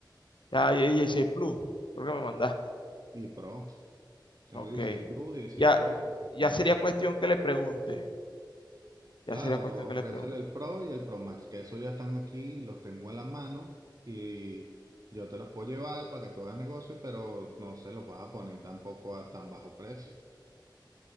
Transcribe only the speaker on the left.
ya, y 16 Plus, creo que me mandaste.
Ok,
ya,
ya
sería cuestión que le pregunte. Ya
sería cuestión
que le pregunte.